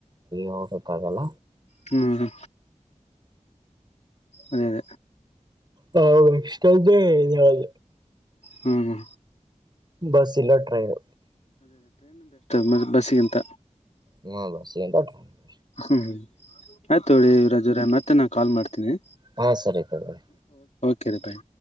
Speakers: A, on the right; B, on the left.
A: ಹೋಗಕ್ಕಾಗಲ್ಲ
B: ಹ್ಮ್ ಅದೇ ಅದೇ
A: ಹಾ ವಿಷ್ದ ಾಲ
B: ಹ್ಮ್
A: ಬಸ್ ಇಲ್ಲ ಟ್ರೈನ್
B: ಮ ಬಸ್ಸಿಗಿಂತ
A: <inaudible>
B: ಹ್ಮ. ಆಯ್ತೋಗೊರಿ ಇವರಜರ ಮತ್ತೆ ನಾ ಕಾಲ ಮಾಡತೀನಿ.
A: ಹಾ ಸರಿ ತೊಗೋಳಿ.
B: ಕೆರೆಪಾಯ.